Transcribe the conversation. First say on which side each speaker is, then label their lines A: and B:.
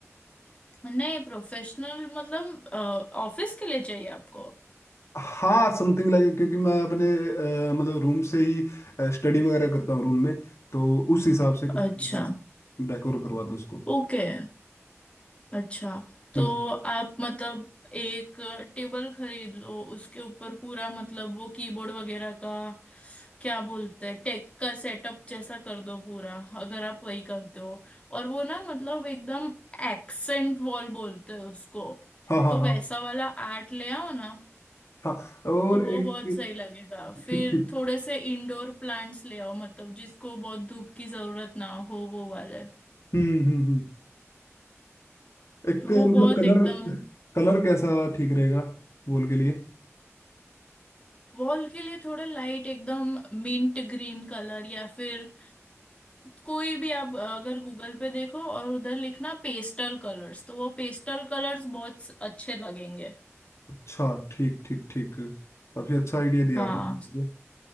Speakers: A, on the left; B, on the left.
A: नए प्रोफेशनल मतलब ऑफिस के लिए चाहिए आपको
B: हाँ समथिंग लाइक क्योंकि मैं अपने अ, मतलब रूम से ही स्टडी वगैरह करता हूँ रूम में तो उस हिसाब से कुछ
A: अच्छा
B: डेकोर करवा दो उसको
A: ओके अच्छा तो
B: हम्म,
A: आप मतलब एक टेबल खरीद लो उसके ऊपर पूरा मतलब वो कीबोर्ड वगैरह का क्या बोलते हैं टेक का सेटअप जैसा कर दो पूरा अगर आप वही करते हो और वो ना मतलब एकदम एक्सेंट वॉल बोलते हैं उसको
B: हाँ हाँ
A: तो
B: हाँ
A: वैसा वाला आर्ट ले आओ ना
B: हाँ और
A: तो वो
B: एक
A: बहुत सही लगेगा फिर
B: ठीक ठीक
A: थोड़े से इंडोर प्लांट्स ले आओ मतलब जिसको बहुत धूप की जरूरत ना हो वो वाले
B: हम्म हम्म हम्म एक
A: तो
B: मतलब
A: वो बहुत
B: कलर
A: एकदम
B: कलर कैसा ठीक रहेगा वॉल के लिए
A: वॉल के लिए थोड़ा लाइट एकदम मिंट ग्रीन कलर या फिर कोई भी आप अ, अगर गूगल पे देखो और उधर लिखना पेस्टल कलर्स तो वो पेस्टल कलर्स बहुत अच्छे लगेंगे
B: अच्छा ठीक ठीक ठीक काफी अच्छा आइडिया दिया
A: हाँ
B: आपने मुझे।